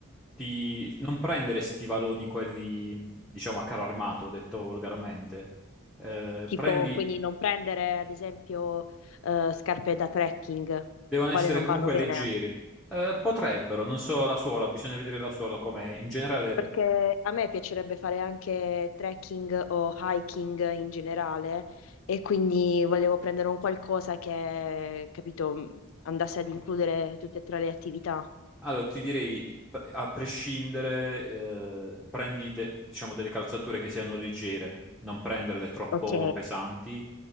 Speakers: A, in the centre; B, on the left.
A: di non prendere stivaloni quelli, diciamo, a caro armato, detto volgarmente. Eh,
B: Tipo,
A: prendi
B: quindi non prendere, ad esempio, eh, scarpe da trekking,
A: devono
B: quale
A: essere
B: non
A: comunque
B: vanno bene.
A: leggeri. Eh, potrebbero, non so la suola, bisogna vedere la suola com'è. In generale,
B: Perché a me piacerebbe fare anche trekking o hiking in generale e quindi volevo prendere un qualcosa che, capito, andasse ad includere tutte e tre le attività.
A: allora ti direi, a prescindere, eh, prendi de- diciamo delle calzature che siano leggere, non prenderle troppo
B: Ok,
A: pesanti.